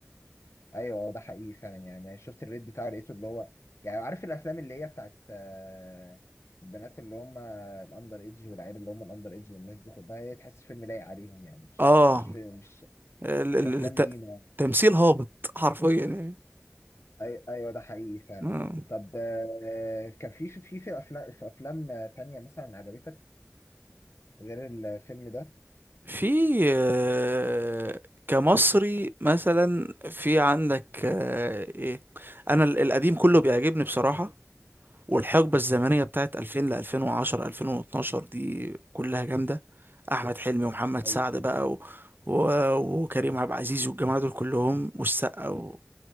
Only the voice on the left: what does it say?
ايوه ده حقيقي فعلا يعني ما شفت الريت بتاعه لقيته اللي هو يعني عارف الافلام اللي هي بتاعت آه البنات اللي هم الاندر ايدج والعيال اللي هم الاندر ايدج والناس دي كلها هي تحس فيلم لايق عليهم يعني مش
مش فيلم مش
مش
افلام
لينا يعني.
أي ايوه ده حقيقي فعلا.
طب آه كان في في في افلام في افلام تانية مثلا عجبتك غير الفيلم ده؟
ايوه